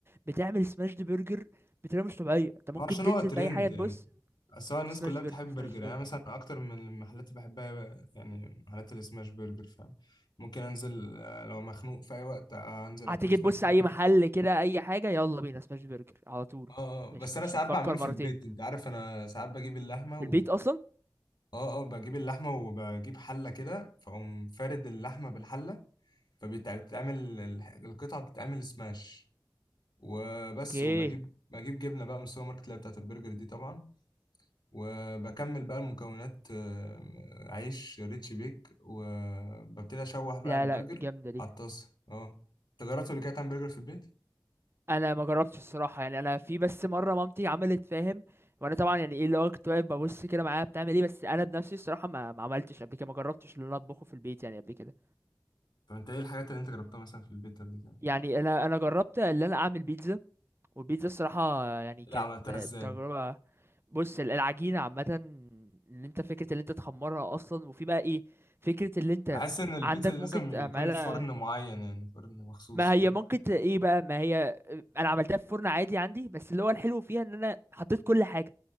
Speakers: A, on the right (about 30°); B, on the left (about 65°).
A: بتعمل سماشد برجر بطريقة مش طبيعية أنت ممكن
B: ما هو عشان
A: تنزل
B: هو ترند
A: في أي حاجة تبص
B: يعني اصل هو الناس
A: سماشد
B: كلها بتحب
A: برجر
B: برجر
A: سماشد
B: يعني
A: برجر
B: أنا مثلا اكتر من المحلات اللي بحبها يعني محلات السماش برجر فاهم ممكن انزل آه، لو مخنوق في اي وقت آه، انزل
A: هتيجي
B: اكل سماش
A: تبص
B: برجر
A: أي محل كده أي حاجة يلا بينا سماشد برجر على طول
B: اه آه،
A: مش
B: بس
A: مش
B: انا ساعات
A: هتفكر
B: بعمله في
A: مرتين
B: البيت انت عارف انا ساعات بجيب اللحمه
A: في
B: و
A: البيت أصلا
B: اه اه بجيب اللحمه وبجيب حله كده فاقوم فارد اللحمه بالحله فبتتعمل القطعه بتتعمل سماش وبس
A: اوكي
B: وبجيب بجيب جبنه بقى من السوبر ماركت اللي هي بتاعت البرجر دي طبعا وبكمل بقى المكونات آه، عيش ريتش بيك وببتدي اشوح بقى
A: لا
B: البرجر
A: لا جامدة دي
B: على الطاسه اه انت جربت قبل كده تعمل برجر في البيت
A: انا ما جربتش الصراحه يعني انا في بس مره مامتي عملت فاهم وانا طبعا يعني ايه اللي هو كنت واقف ببص كده معاها بتعمل ايه بس انا بنفسي الصراحه ما ما عملتش قبل كده ما جربتش اللي انا اطبخه في البيت يعني قبل كده
B: طب انت ايه الحاجات اللي انت جربتها مثلا في البيت قبل كده
A: يعني انا انا جربت اللي انا اعمل بيتزا والبيتزا الصراحه يعني
B: لا
A: كانت
B: عملتها ازاي
A: تجربه بص ال- العجينه عامه ان انت فكره اللي انت تخمرها اصلا وفي بقى ايه فكره اللي انت
B: بحس ان البيتزا
A: عندك
B: لازم
A: ممكن تعملها
B: يكون فرن معين يعني فرن مخصوص
A: ما هي
B: فاهم
A: ممكن ت- ايه بقى ما هي انا عملتها في فرن عادي عندي بس اللي هو الحلو فيها ان انا حطيت كل حاجه